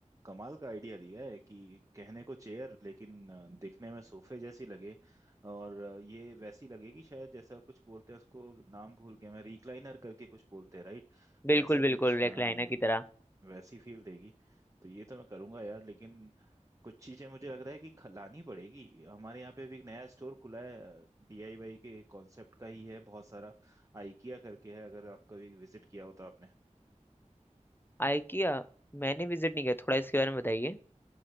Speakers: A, on the right; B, on the left.
A: कमाल का आइडिया दिया है कि कहने को चेयर लेकिन अ, दिखने में सोफे जैसी लगे और अ, ये वैसी लगेगी शायद जैसा कुछ बोलते हैं उसको नाम भूल गया मैं रिक्लाइनर करके कुछ बोलते हैं राइट
B: बिल्कुल
A: वैसा
B: बिल्कुल
A: कुछ हाँ
B: रेक्लाइनर की तरह
A: वैसी फील देगी तो ये तो मैं करूंगा यार लेकिन कुछ चीजें मुझे लग रहा है कि ख- लानी पड़ेगी हमारे यहाँ पे भी एक नया स्टोर खुला है डीआईवाई के कॉन्सेप्ट का ही है बहुत सारा आइकिया करके है अगर आप कभी विजिट किया हो तो आपने
B: आइकिया मैंने विजिट नहीं किया थोड़ा इसके बारे में बताइए